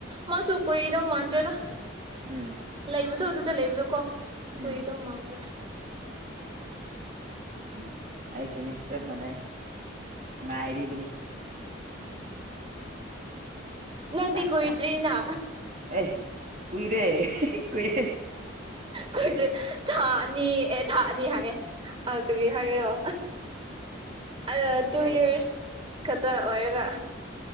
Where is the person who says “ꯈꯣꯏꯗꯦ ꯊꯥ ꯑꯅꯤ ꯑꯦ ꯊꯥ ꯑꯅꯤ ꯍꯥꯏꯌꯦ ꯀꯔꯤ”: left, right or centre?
Right